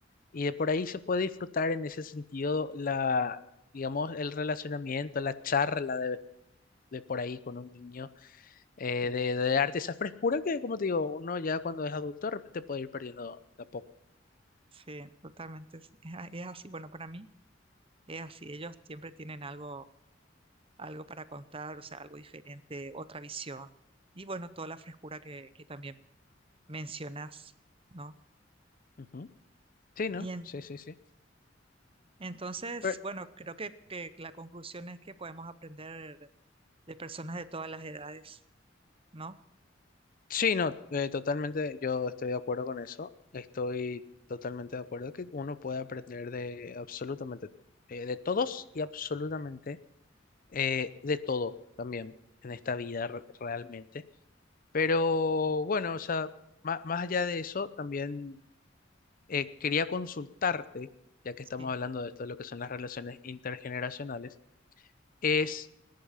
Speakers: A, on the left (about 45°); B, on the right (about 30°).
A: Y de por ahí se puede disfrutar en ese sentido la, digamos, el relacionamiento, la charla de por ahí con un niño, eh,
B: sí,
A: de, de darte esa frescura que, como te digo, uno ya cuando es adulto de repente puede ir perdiendo de a poco.
B: sí, totalmente. Es, es a- es así, bueno, para mí es así. Ellos siempre tienen algo, algo para contar, o sea, algo diferente, otra visión. Y bueno, toda la frescura que, que también mencionas, ¿no?
A: Ujú. Sí, ¿no?
B: Y en-
A: Sí, sí, sí.
B: entonces,
A: Pero,
B: bueno, creo que, que la conclusión es que podemos aprender de personas de todas las edades, ¿no?
A: sí, no, eh, totalmente yo estoy de acuerdo con eso. Estoy totalmente de acuerdo que uno puede aprender de absolutamente todo. Eh, de todos y absolutamente eh, de todo también en esta vida re- realmente. Pero bueno, o sea, má- más allá de eso, también Eh, quería consultarte, ya que
B: Sí.
A: estamos hablando de esto, de lo que son las relaciones intergeneracionales, es,